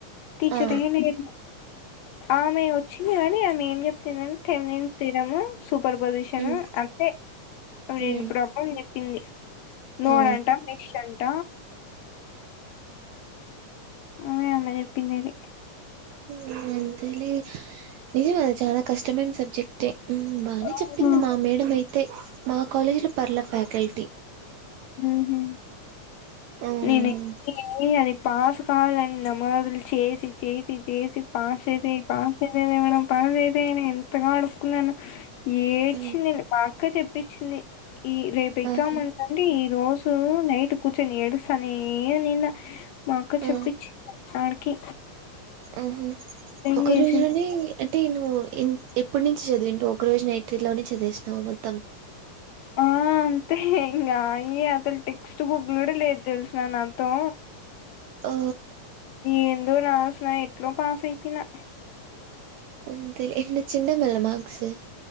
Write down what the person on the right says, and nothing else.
ఆ
మ్మ్
మ్మ్
ఆ
మ్మ్ అంతేలే నిజం తెలుసా కష్టమైన సబ్జెక్ట్ ఏ ఉమ్ బానే
చెప్పింది మా మేడం అయితే మా కాలేజీ లో పర్ల ఫ్యాకల్టీ
ఉమ్,
ఉమ్,
ఆహా,
ఆ,
ఆహా
ఒక
రోజులోనే అంటే నువ్వు ఎన్ ఎప్పుటి నుంచి చదివింటవ్ ఒక రోజు నైట్ లోనే చదివేసినవా మొత్తం
ఓ,
అంతే లే ఎన్నోచిండా మల్ల మార్క్స్